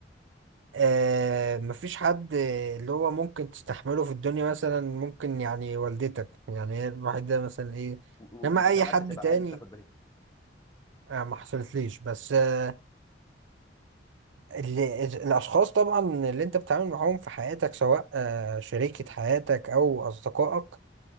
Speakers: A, on the right; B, on the left.
A: آه مفيش حد اللي هو ممكن تستحمله في الدنيا مثلا ممكن يعني والدتك يعني هي الوحيدة مثلا ايه
B: و- و-
A: انما
B: وساعات
A: اي حد
B: بتبقى
A: تاني
B: عايز تاخد بريك
A: آه ما حصلتليش بس آه، ال- ال- الأشخاص طبعا اللي أنت بتتعامل معاهم في حياتك سواء آه، شريكة
B: أيوه
A: حياتك أو أصدقائك